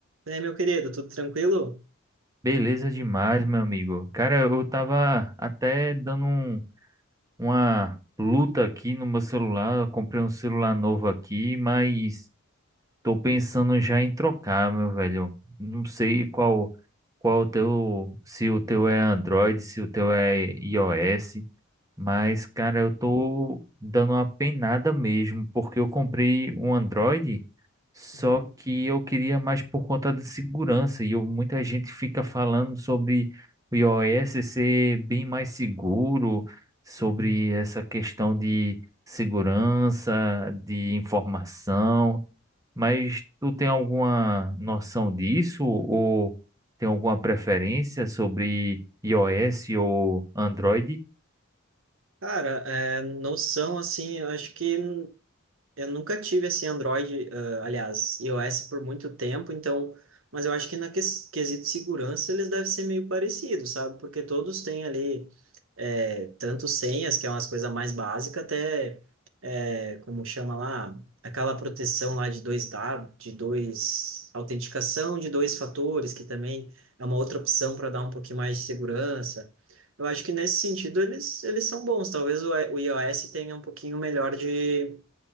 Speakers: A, on the right; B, on the right.
A: É meu querido, tudo tranquilo?
B: Beleza demais, meu amigo. Cara, eu tava até dando um- uma luta aqui no meu celular. Eu comprei um celular novo aqui, mas tô pensando já em trocar, meu velho. Não sei qual qual o teu, se o teu é Android, se o teu é iOS, mas cara, eu tô dando uma penada mesmo, porque eu comprei um Android só
A: Uhum,
B: que eu queria mais por conta de segurança. E eu- muita gente fica falando sobre o iOS ser bem mais seguro, sobre
A: uhum.
B: essa questão de segurança, de informação. Mas tu tem alguma noção disso? Ou tem alguma preferência sobre iOS ou Android?
A: Cara, é, noção, assim, eu acho que Eu nunca tive assim Android, ah, aliás, iOS por muito tempo, então, mas eu acho que na ques- quesito segurança eles devem ser meio parecidos, sabe? Porque todos têm ali é, tanto senhas, que é umas coisas mais básicas, até é, como chama lá, aquela proteção lá de dois dados, de dois autenticação de dois fatores, que também é uma outra opção para dar um pouquinho mais de segurança. Eu acho que nesse sentido eles, eles são bons. Talvez o, o iOS tenha um pouquinho melhor de